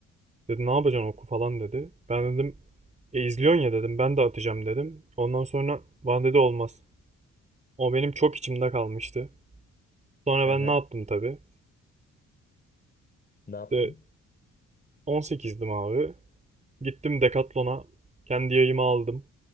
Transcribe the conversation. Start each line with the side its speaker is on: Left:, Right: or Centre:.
Right: Dedi ne yapacaksın oku falan dedi. Ben dedim e izliyorsun ya dedim ben de atacağım dedim. Ondan sonra bana dedi olmaz. O benim çok içimde kalmıştı. Sonra
Left: hı
Right: ben
Left: hı.
Right: ne yaptım tabii.
Left: Ne yaptın?
Right: İşte 18'dim abi. Gittim Decathlon'a. Kendi yayımı aldım.